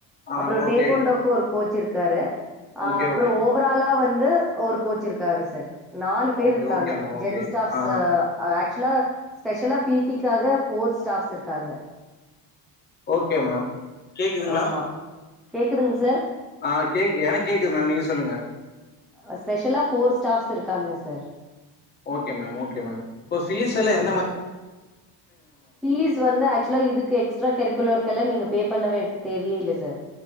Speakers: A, on the left; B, in the centre.
A: ஆ
B: அப்றோ
A: ஓகே
B: டேகொண்டோக்கு ஒரு கோச் இருக்காரு அ
A: ஓகே
B: அப்றோ
A: ஓகே
B: ஓ ஓவராலா வந்து ஒரு கோச் இருக்காரு சார் நாலு பேரு
A: ஓகே
B: இருக்காங்க
A: ஓகே மேம் ஓகே
B: ஜென்ஸ் ஸ்டாஃப்ஸூ
A: ஆ
B: ஆக்சுலா ஸ்பெஷலா பீட்டிக்காக ஃபோர் ஸ்டாஃப்ஸ் இருக்காங்க
A: ஓக்கே மேம் கேக்குதுங்களா
B: ஆமா கேக்குதுங் சார்
A: ஆ கேக் எனக் கேக்குது மேம் நீங்க சொல்லுங்க
B: அ ஸ்பெஷலா ஃபோர் ஸ்டாஃப்ஸ் இருக்காங்க sir
A: okay ma'am okay ma'am இப்ப பீஸலா
B: ஓகே
A: எந்த மா
B: சார் ஃபீஸ் வந்து ஆக்சுலா இதுக்கு எக்ஸ்ட்ரா கரிக்குலர்கெல்லா நீங்க பே பண்ணவே தேவையே இல்ல சார்